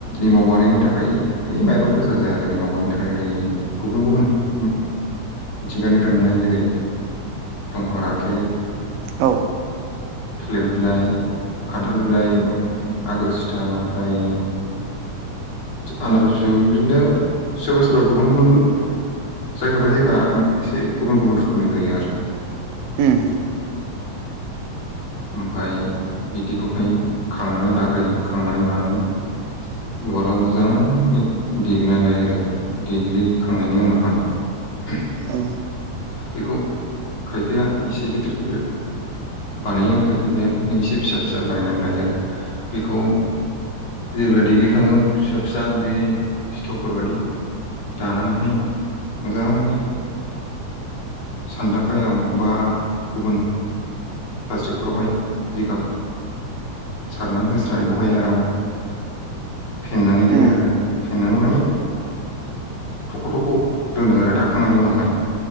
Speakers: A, on the left; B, on the right.
A: एमाव बानायनो थाखाय ओ माइरं गोजा जाया आरो एमाव बानायनो थाखाय ओरै गुबुन गुबुन मिथिंगानिफ्राय मोननाय जेरै दंफां राखेब
B: औ
A: थालिर बिलाइ खान्थाल बिलाइ ओमफाय आगोर सिथा ओमफाय आनारस बिजौ बिदिनो सोरबा सोरबा गुबुन गुबुन जायगा बाय जायगा एसे गुबुन गुबुन रोखोमनि होयो आरो।
B: ओम।
A: ओमफाय बिदिखौहाय खांनानै लाग्रोयो खांनानै लानानै उवालाव मोजाङै देग्लिनानै लायो आरो देग्लिखांनायनि उनावहाय <inaudible>
B: औ
A: बेखौ खायफाया एसे गिदिर गिदिर बानायो ओमफाय खायफाया बिदिनो एसे फिसा फिसा बानायनानै लायो आरो। बेखौ जेब्ला देग्लिखाङो फिसा फिसा ओमफ्राय सिथावफोर बादि दानानैहाय मोजाङै सान्दांगायाव बा गुबुन प्लास्टिकफोरावहाय जिगाब सारनानै होस्रानै बेवहाय आराम फेन्नानै दोनो
B: उम
A: आरो फेन्नानै माने थख' थख' दोनो आरो दाखांनायनि उनावहाय।